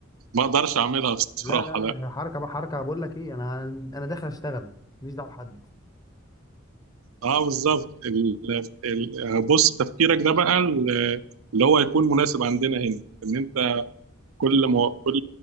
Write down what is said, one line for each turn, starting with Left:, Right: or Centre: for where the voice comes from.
Right: ما اقدرش اعملها بصراحه
Left: لا لا لا هي حركه بقى حركه بقول لك ايه انا انا داخل اشتغل ماليش دعوه بحد
Right: اه بالظبط ال- ال- بص تفكيرك ده بقى ال- اللي هو يكون مناسب عندنا هنا ان انت كل مو... كل